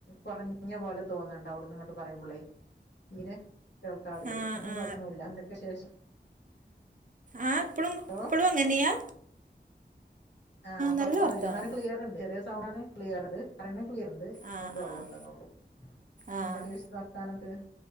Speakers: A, on the left; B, on the right.
A: കുറഞ്ഞ പോലെ തോന്നണിണ്ട് അവിടുന്ന്ങ്ങട്ട് പറയുമ്പോളേ തീരെ കേൾക്കാ <unintelligible>
B: ആ
A: ഇല്ല
B: ആ
A: കൊഴ്പ്പൊന്നുല്ല. എന്തൊക്കെ വിശേഷം?
B: ആ ഇപ്പളും
A: ഹലോ
B: ഇപ്പളും അങ്ങനെയാ?
A: ആഹ് കൊഴ്പ്പൊന്നുല്ല,
B: നല്ല വർത്താനം
A: ഇന്നാലും ക്ലിയറ്ണ്ട്. ചെറിയ സൗണ്ടാണ് ക്ലിയറ്ണ്ട്. പറയണത് ക്ലിയർ ഉണ്ട്
B: ആഹ്
A: സൗണ്ട് കുറവുണ്ടെന്നള്ളു
B: ആഹ് ആഹ്
A: എന്തൊക്കെ വർത്താനം ണ്ട്?